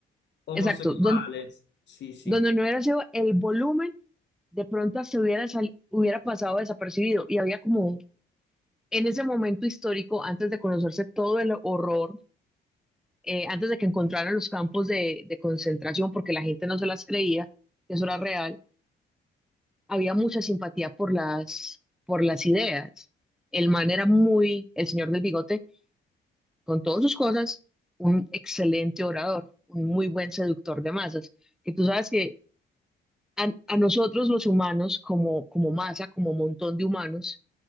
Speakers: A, on the left; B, in the centre.
A: homosexuales.
B: Exacto, don-
A: Sí, sí.
B: donde no hubiera sido el volumen, de pronto hasta hubiera, sal- hubiera pasado desapercibido y había como un- en ese momento histórico, antes de conocerse todo el horror, eh, antes de que encontraran los campos de de concentración, porque la gente no se las creía, que eso era real había mucha simpatía por las, por las ideas. El man era muy, el señor del bigote, con todas sus cosas, un excelente orador, un muy buen seductor de masas. Que tú sabes que a, a nosotros los humanos, como, como masa, como montón de humanos,